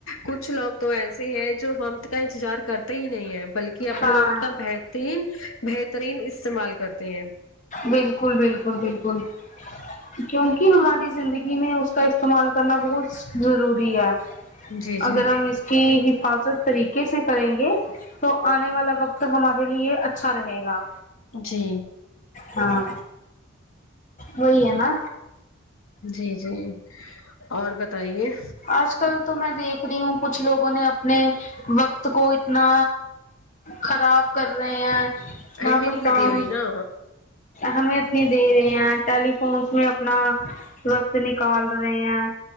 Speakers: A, on the left; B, on the left.
A: کچھ لوگ تو ایسے ہیں جو وقت کا انتظار کر کرتے ہی نہیں ہے بلکہ اپنے
B: ہاں
A: وقت کا بہترین بہترین استعمال کرتے ہیں
B: بالکل بالکل بالکل کیونکہ ہماری زندگی میں اس کا استعمال کرنا بہت ضروری ہے
A: جی جی
B: اگر ہم اس کی حفاظت طریقے سے کریں گے تو آنے والا وقت ہمارے لیے اچھا رہے گا
A: جی
B: ہاں وہی ہے نہ
A: جی جی اور بتائیے
B: آج کل تو میں دیکھ رہی ہوں کچھ لوگوں نے اپنے وقت کو اتنا خراب کر رہے ہیں
A: اہمیت
B: نہ کوئی
A: نہیں
B: کام
A: دی ہوئی نا
B: ہمیں اتنی دے رہے ہیں ٹیلیفونس میں اپنا وقت نکال رہے ہیں